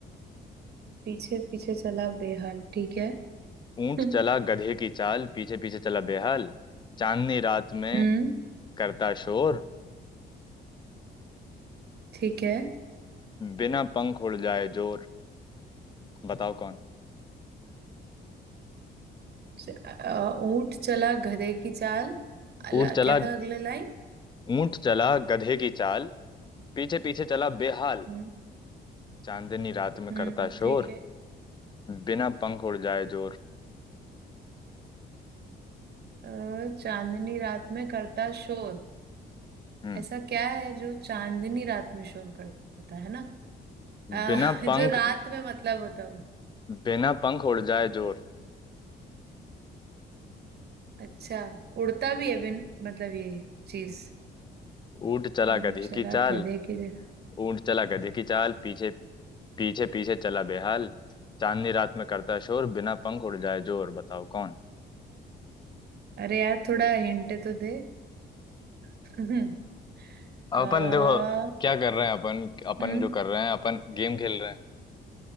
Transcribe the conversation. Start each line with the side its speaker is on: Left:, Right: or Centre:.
Right: पीछे पीछे चला बेहाल ठीक है
Left: ऊंट
Right: <laughs>
Left: चला गधे की चाल पीछे पीछे चला बेहाल चांदनी रात में
Right: हम्म
Left: करता शोर
Right: ठीक है
Left: बिना पंख उड़ जाए जोर बताओ कौन
Right: च- अ, ऊंट चला गधे की चाल अला,
Left: ऊंट चला
Right: क्या था अगला लाइन
Left: ऊंट चला गधे की चाल पीछे पीछे चला बेहाल
Right: हम्म
Left: चांदनी रात में
Right: हम्म
Left: करता शोर
Right: ठीक है
Left: बिना पंख उड़ जाए जोर
Right: अ, चांदनी रात में करता शोर
Left: हम्म।
Right: ऐसा क्या है जो चांदनी रात में शोर करता है ना अ,
Left: बिना
Right: <laughs>
Left: पंख
Right: जो रात में मतलब होता हो
Left: बिना पंख उड़ जाए जोर
Right: अच्छा उड़ता भी है बिन मतलब ये चीज
Left: ऊंट चला
Right: ऊंट
Left: गधी
Right: चला
Left: की चाल
Right: गधे के जै-
Left: ऊंट चला गधी की चाल पीछे पीछे पीछे चला बेहाल चांदनी रात में करता शोर बिना पंख उड़ जाए जोर बताओ कौन
Right: अरे यार थोड़ा हिंट तो दे <laughs>
Left: अब
Right: आ,
Left: अपन देखो क्या कर रहे हैं अपन अपन
Right: हम्म
Left: जो कर रहे हैं अपन गेम खेल रहे हैं